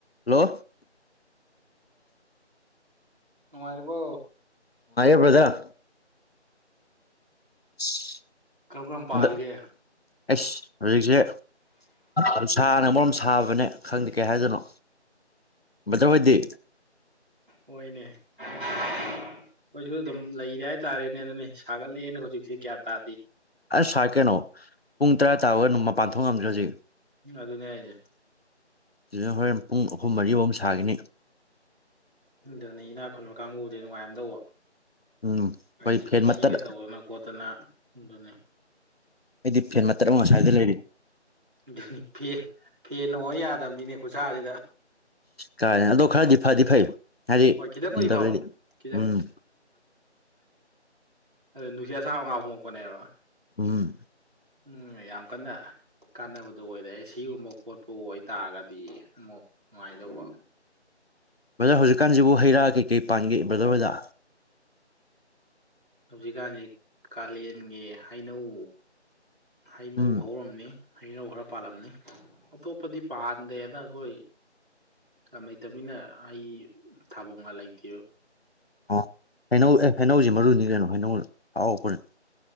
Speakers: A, on the left; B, on the right.
A: hello
B: ꯃꯥꯔꯔꯤꯕꯣ
A: ꯔꯕꯖ <unintelligible>
B: ꯀꯔꯝ ꯀꯔꯝ ꯄꯥꯜꯂꯤꯒꯦ
A: ꯍꯟꯗꯛ ꯑꯩꯁ ꯍꯧꯖꯤꯛꯁꯦ ꯑꯗꯨꯁꯥꯅ ꯃꯔꯣꯝ ꯁꯥꯕꯅꯦ ꯈꯪꯗꯦ ꯀꯩ ꯍꯥꯏꯗꯣꯏꯅꯣ ꯕ꯭ꯔꯗꯔ ꯍꯣꯏꯗꯤ
B: ꯍꯣꯏꯅꯦ ꯑꯩꯈꯣꯏꯁꯨ ꯑꯗꯨꯝ ꯂꯩꯔꯦ ꯍꯥꯏꯇꯥꯔꯦ ꯅ ꯅ ꯅ ꯁꯒꯂ ꯂꯩꯩꯅꯅ ꯍꯧꯖꯤ ꯎꯆꯁꯤꯒ꯭ꯌꯥ ꯇꯥ
A: ꯑ ꯁꯥꯀꯦꯅꯣ ꯄꯨꯡꯪ ꯇ꯭ꯔꯥ ꯇ ꯑꯣꯏꯔ ꯃ ꯄꯥꯟꯊꯣꯛ ꯉꯝꯗ꯭ꯔꯁꯤ
B: ꯑꯗꯨ ꯑꯗꯨꯅ ꯍꯥꯏꯖꯦ
A: ꯁꯤꯗ ꯍꯣꯔꯦꯟ ꯄꯨꯡ ꯑꯍꯨꯝ ꯃꯔꯤꯐꯥꯎꯨꯝ ꯁꯥꯈꯤꯅꯤ
B: ꯑꯗꯨ ꯑꯗꯨꯅꯤ ꯏꯅꯥꯛ ꯈꯨꯟꯕ ꯀꯥꯡꯕꯨꯗꯤ ꯅꯨꯡꯉꯥꯏꯝ ꯇꯧꯕ
A: ꯎꯝ
B: ꯍꯥꯏꯗꯤ
A: ꯑꯩꯈꯣꯏ ꯐꯦꯟ
B: ꯑꯦꯁꯤꯒ
A: ꯃꯇꯠ
B: ꯇꯧꯗꯅ ꯈꯣꯠꯇꯅ ꯗꯅꯦ
A: ꯑꯩꯗꯤ ꯐꯦꯟ ꯃꯇꯔꯛ ꯑꯃ ꯁꯁ꯭ꯏꯗ ꯂꯩꯔꯤ
B: ꯑꯗꯨ ꯐ ꯐꯦ ꯅꯣꯡꯉ ꯌꯥꯗꯕꯅꯤꯅꯦ ꯈꯨꯠꯁꯥꯁꯤꯗ
A: ꯀꯥꯏ ꯑꯗꯣ ꯈꯔꯗꯤ ꯐꯗꯤ ꯐꯩ ꯍꯥꯏꯗꯤ
B: ꯍꯣꯏ ꯈꯤꯇꯪꯕꯨꯗꯤ
A: ꯈꯨꯝꯗꯕꯗꯗꯤ
B: ꯐꯕ ꯈꯤꯇꯪ
A: ꯎꯝ
B: ꯑꯗꯨꯣ ꯅꯨꯡꯁꯤꯠ ꯑꯁꯥ ꯃꯉꯥ ꯐꯣꯡꯉꯛꯄꯅꯦꯕꯣ
A: ꯎꯝ
B: ꯎꯝ ꯌꯥꯝ ꯀꯟꯅ ꯀꯥꯟꯅꯕꯗꯨꯣ ꯑꯣꯏꯔꯦ ꯁꯤꯒꯨꯝꯕ ꯈꯣꯠꯄꯨ ꯑꯣꯏꯇꯥꯔꯒꯗꯤ ꯑꯃꯨꯛ ꯅꯨꯡꯉꯥꯏꯗꯧꯕ
A: ꯕ꯭ꯔꯗꯔ ꯍꯧꯖꯤꯛꯀꯥꯟꯁꯤꯕꯨ ꯍꯩ ꯔꯥ ꯀꯩꯀꯩ ꯄꯥꯟꯒꯦ ꯕ꯭ꯔꯥꯗꯔ ꯍꯗ
B: ꯍꯧꯖꯤꯛꯀꯥꯟꯗꯤ ꯀꯥꯂꯦꯟꯒꯤ ꯍꯩꯅꯧ ꯍꯩꯅꯧ
A: ꯎꯝ
B: ꯍꯧꯔꯝꯅꯤ ꯍꯩꯅꯧ ꯈꯔ ꯄꯥꯜꯂꯝꯅꯤ ꯑꯇꯣꯞꯄꯗꯤ ꯄꯥꯟꯗꯦꯅ ꯑꯩꯈꯣꯏ ꯌꯥꯝ ꯂꯩꯇꯃꯤꯅ ꯍꯩ ꯊꯥꯕꯐꯝꯒ ꯂꯩꯇꯦ
A: ꯑꯣ ꯍꯩꯅꯧ ꯑꯦ ꯍꯩꯅꯧꯁꯤ ꯃꯔꯨꯅꯤ ꯀꯩꯅꯣ ꯍꯩꯅꯧ ꯍꯥꯎꯄꯔ